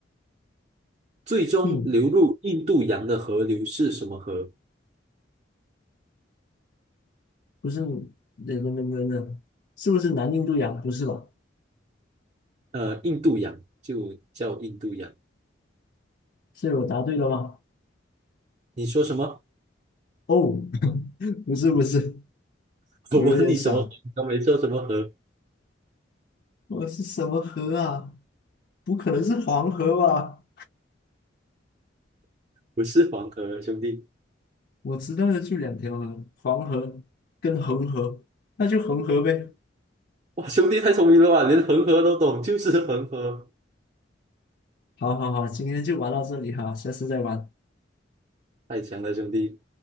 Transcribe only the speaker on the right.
最终流入印度洋的河流是什么河？
呃，印度洋就叫印度洋。
你说什么？
<laughs> 我问你什么河？
你都没说什么河，
不是黄河，兄弟。
哇，兄弟太聪明了吧，连恒河都懂，就是恒河，
太强了，兄弟。